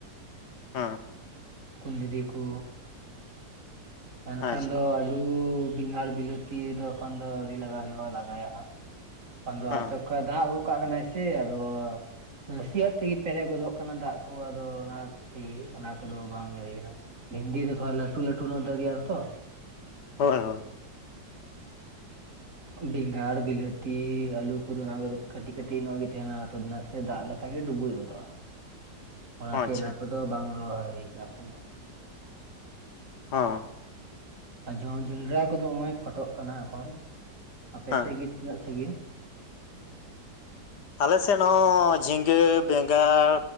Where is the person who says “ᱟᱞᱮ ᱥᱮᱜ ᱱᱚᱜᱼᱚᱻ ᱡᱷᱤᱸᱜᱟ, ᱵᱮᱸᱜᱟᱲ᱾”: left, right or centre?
Left